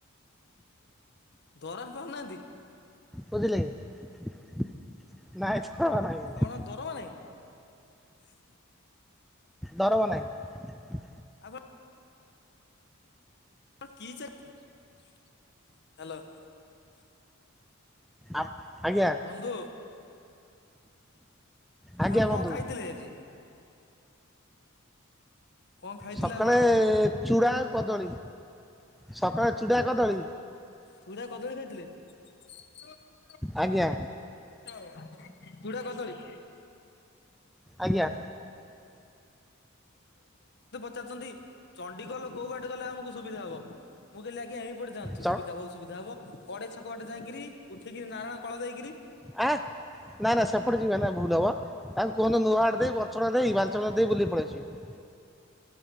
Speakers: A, on the left (about 55°); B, in the centre.
A: ଦରମ ପାଉନାହାନ୍ତି?
B: ବୁଝିଲେ କି ନାହି ଦରମା ନାହିଁ ଆମର।
A: ଆପଣ ଦରମା ନାହିଁ <inaudible>
B: ଦରମା ନାହିଁ।
A: ଆଗରୁ କିଚାକେଲେନେ ହ୍ୟାଲୋ।
B: ଆ‌ପ ଆଜ୍ଞା।
A: ବନ୍ଧୁ
B: ଆଜ୍ଞା
A: ଆପଣ କଣ
B: ବନ୍ଧୁ
A: ଖାଇଥିଲେ ଆଜି? କଣ ଖାଇଥିଲେ
B: ସକାଳେ
A: ଆପଣ?
B: ଚୂଡ଼ା ଆଉ କଦଳୀ। ସକାଳେ ଚୁଡ଼ା କଦଳୀ।
A: ଚୁଡା କଦଳୀ ଖାଇଥିଲେ? ଚୂଡ଼ା
B: ଆଜ୍ଞା
A: କଦଳୀ।
B: ଆଜ୍ଞା।
A: ପଚାରୁ ଚନ୍ତି ଚଣ୍ଡିଖୋଲ କୋଉ ବାଟେ ଗଲେ ଆମକୁ ସୁବିଧା ହବ ମୁଁ କହିଲି ଆଜ୍ଞା ହେଇି କୁଆଡେ ଯାଆନ୍ତୁ
B: ଚ
A: ସୁବିଧା ହଉ ବହୁତ ସୁବିଧା ହବ କଡେଇ ଛକ ବାଟେ ଯାଇକିରି ଉଠିକିରି ନାରୟଣ କଳ ଦେଇକରି
B: ହେ ନାଁ ନା ସେପଟେ ଯିବା। ଭୁଲ ହବ ତାଙ୍କୁ କୁହନ୍ତୁ ନୂଆ ହାଟ ଦେଇ ବର୍ଚ୍ଚଣା ଦେଇ ବାଲିଚଦ୍ରର ଦେଇ ବୁଲିକି ପଳେଇଆସିବେ।